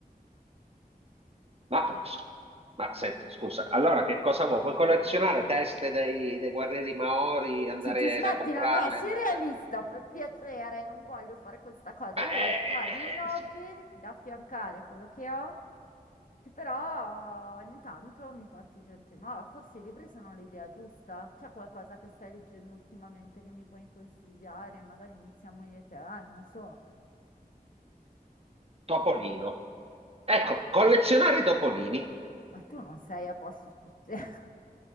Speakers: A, on the right; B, on the left.
A: Ma, ma senti, scusa, allora che cosa vuoi? Vuoi collezionare teste dei, dei guerrieri Maori, andare
B: Senti, smettila,
A: a comprarle
B: no, no, sii
A: e metterle?
B: realista, per piacere, non voglio fare questa cosa.
A: Ma
B: Io
A: eh,
B: voglio
A: eh,
B: trovarmi un hobby
A: eh,
B: da affiancare a quello che ho Che però ogni tanto mi porti gente nuova. Forse i libri sono l'idea giusta. C'è qualcosa che stai leggendo ultimamente che mi puoi consigliare? Magari iniziamo io e te, ah, non so.
A: Topolino. Ecco, collezionare topolini
B: Ma tu non sei a posto su te. <laughs>